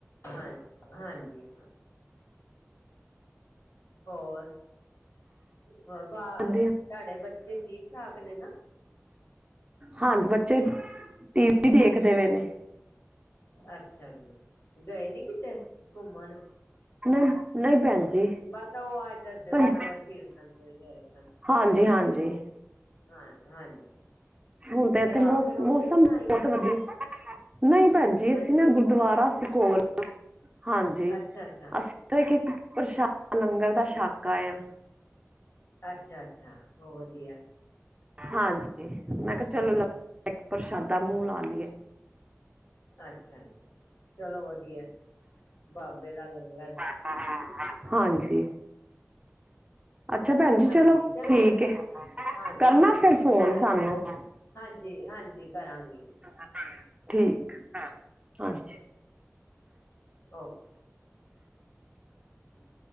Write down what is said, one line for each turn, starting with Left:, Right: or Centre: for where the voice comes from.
Left: ਹਾਂ, ਹਾਂਜੀ। ਹੋਰ? ਹੋਰ ਬਾ
Right: ਵਧੀਆ
Left: ਤੁਹਾਡੇ ਬੱਚੇ ਠੀਕ-ਠਾਕ ਨੇ ਨਾ?
Right: ਹਾਂਜੀ ਬੱਚੇ, ਟੀਵੀ ਦੇਖਦੇ ਪਏ ਨੇ।
Left: ਅੱਛਾ ਜੀ, ਗਏ ਨੀ ਕਿਤੇ ਘੁੰਮਣ?
Right: <unintelligible> ਨਈ ਭੈਣ ਜੀ।
Left: ਬਸ ਉਹ ਅੱਜ ਦੱਸਦੇ
Right: ਭੈਣ-
Left: ਪਏ ਨਗਰ ਕੀਰਤਨ ਤੇ ਗਏ ਸਾ।
Right: ਹਾਂਜੀ - ਹਾਂਜੀ।
Left: ਹਾਂ -ਹਾਂਜੀ
Right: ਹੁਣ ਤੇ
Left: ਫਿਰ
Right: ਇੱਥੇ
Left: ਆ
Right: ਮੌਸ-
Left: ਕੇ ਰੋਟੀ ਬਣਾਈ?
Right: <unintelligible> ਨੂਈ ਭੈਣ ਜੀ,
Left: ਹਾਂਜੀ
Right: ਅਸੀਂ ਨਾ
Left: ਹੋਰ
Right: ਗੁਰਦੁਆਰਾ ਸੀ ਕੋਲ ਹਾਂਜੀ,
Left: ਅੱਛਾ ਅੱਛਾ
Right: ਅਸੀਂ ਤੇ ਇੱਕ-ਇੱਕ ਪ੍ਰਸ਼ਾਦ ਲੰਗਰ ਦਾ ਛੱਕ ਆਏ ਆ।
Left: ਅੱਛਾ- ਅੱਛਾ ਬੋਹ ਵਧੀਆ।
Right: ਹਾਂਜੀ ਮੈਂ ਕਿਹਾ, ਚਲੋ
Left: ਹਾਂਜੀ
Right: ਲੰਗਰ ਦਾਇੱਕ ਪ੍ਰਸ਼ਾਦਾ ਮੂੰਹ ਲਾ ਲਈਏ।
Left: ਅੱਛਾ, ਚਲੋ ਵਧੀਆ ਬਾਬੇ ਦਾ ਲੰਗਰ,
Right: <unintelligible> ਹਾਂਜੀ। ਅੱਛਾ
Left: ਹੋਰ
Right: ਭੈਣ ਜੀ
Left: ਹਾਂਜੀ, ਚਲੋ
Right: ਠੀਕ
Left: ਭੈਣ ਜੀ ਹ
Right: ਹੈ ਕਰਨਾ
Left: ਹਾਂਜੀ
Right: ਫਿਰ
Left: ਮਿਲਦੇ
Right: ਫੋਨ
Left: ਆ
Right: ਸਾਨੂੰ
Left: ਭੈਣ ਜੀ। ਹਾਂਜੀ- ਹਾਂਜੀ ਕਰਾਂਗੇ।
Right: ਹਾ ਠੀਕ ਹਾ ਹਾਂਜੀ।
Left: ਔ ਹੂੰ